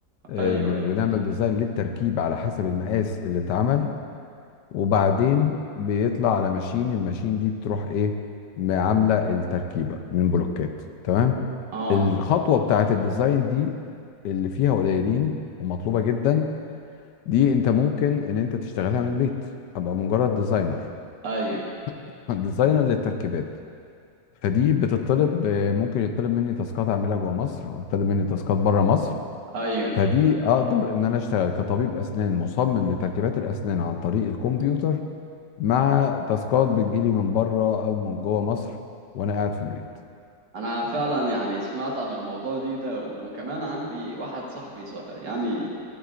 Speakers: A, on the left; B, on the right.
A: آه،
B: ايوه
A: بن-
B: ايوه
A: بنعمل ديزاين للتركيب على حسب المقاس اللي اتعمل وبعدين بيطلع على ماشين الماشين دي بتروح ايه م- عامله التركيبه من بلوكات تمام
B: اه
A: الخطوه بتاعه الديزاين دي اللي فيها قليلين ومطلوبه جدا دي انت ممكن ان انت تشتغلها من البيت ابقى مجرد ديزاينر
B: ايوه
A: <laughs> ديزاينر للتركيبات فدي بتطلب آه، ممكن يطلب مني تاسكات اعملها جوه مصر ويطلب مني تاسكات بره مصر
B: ايوه
A: فدي اقدر ان انا اشتغل كطبيب اسنان مصمم لتركيبات الاسنان عن طريق الكمبيوتر مع تاسكات بتجيلي من بره او من جوه مصر وانا قاعد في البيت
B: انا فعلا يعني سمعت عن الموضوع دي ده وكمان عندي واحد صاحبي ص- يعني